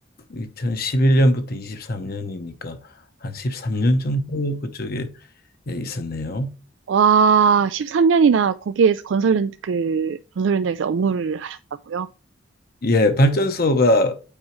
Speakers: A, on the left; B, on the right.
A: 2011년부터 23년이니까 한 13년 정도 그쪽에 예, 있었네요.
B: 와, 13년이나 거기에서 건설, 현- 그, 건설 현장에서 업무를 하셨다고요?
A: 예, 발전소가